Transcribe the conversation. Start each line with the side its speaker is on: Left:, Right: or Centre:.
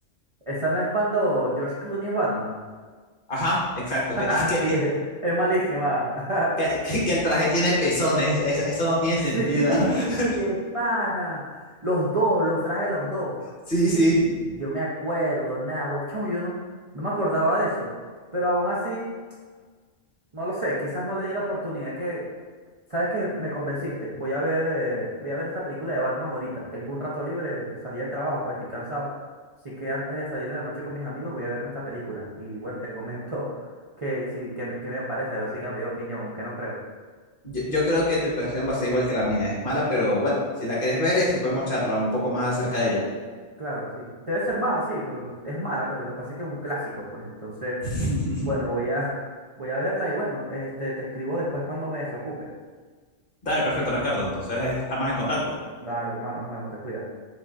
Right: Esa no es cuando George Clooney es Batman.
Left: Ajá, exacto.
Right: <laughs>
Left: Que, que,
Right: Sí, es malísima.
Left: que,
Right: <laughs>
Left: que que el traje tiene pezones. es- eso no tiene sentido.
Right: Sí,
Left: <laughs>
Right: de pana. Los dos, los traje los dos.
Left: Sí,
Right: Sí,
Left: sí.
Right: yo me acuerdo, nada, güey, chamo, yo no, no me acordaba de eso. Pero aún así, no lo sé, quizás no le di la oportunidad que, ¿sabes qué? Me convenciste. Voy a ver, eh, voy a ver esta película de Batman ahorita. Tengo un rato libre, salí del trabajo, pues estoy cansado. Así que antes de salir de la noche con mis amigos, voy a verme esta película. Y bueno, te comento <laughs> que sí, que me, que me parece, a ver si cambié de opinión, aunque no creo.
Left: Yo, yo creo que tu impresión va a ser igual que la mía. Es mala, pero bueno, si la quieres ver, eh, si podemos charlar un poco más acerca de ella.
Right: Claro, sí. Debe ser mala, sí, pero es mala, pues lo que pasa es que es un clásico, pues entonces,
Left: <laughs>
Right: bueno, voy a, voy a verla y bueno, este, te escribo después cuando me desocupe.
Left: Dale, perfecto, Ricardo. Entonces estamos en contacto.
Right: Dale, hermano, nos vemos, te cuidas.